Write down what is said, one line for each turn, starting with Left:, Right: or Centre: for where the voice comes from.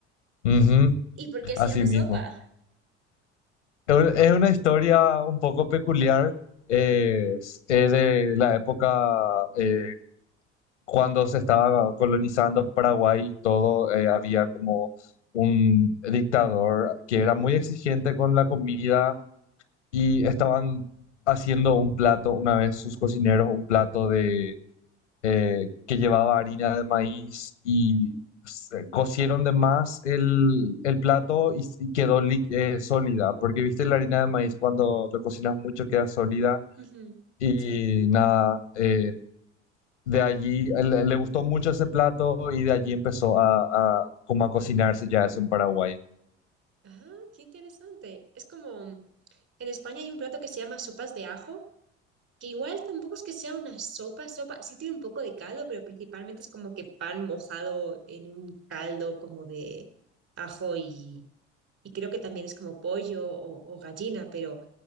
Left: Ujú,
Right: ¿Y por qué
Left: así
Right: se llama sopa?
Left: mismo. Es un- es una historia un poco peculiar. eh, Es, es de la época eh, cuando se estaba colonizando Paraguay y todo, eh, había como un dictador que era muy exigente con la comida y estaban haciendo un plato, una vez sus cocineros, un plato de eh, que llevaba harina de maíz y se- cocieron de más el, el plato y, y quedó lí- eh, sólida, porque viste
Right: Mm,
Left: la harina de maíz cuando lo cocinas mucho queda sólida
Right: ujú,
Left: y
Right: Sí.
Left: nada, eh, de allí eh, le, le gustó mucho ese plato y de allí empezó a, a como a cocinarse ya eso en Paraguay.
Right: Ah, qué interesante. Es como, en España hay un plato que se llama sopas de ajo, que igual tampoco es que sea una sopa, sopa, sí tiene un poco de caldo, pero principalmente es como que pan mojado en un caldo como de ajo y, y creo que también es como pollo o o gallina, pero...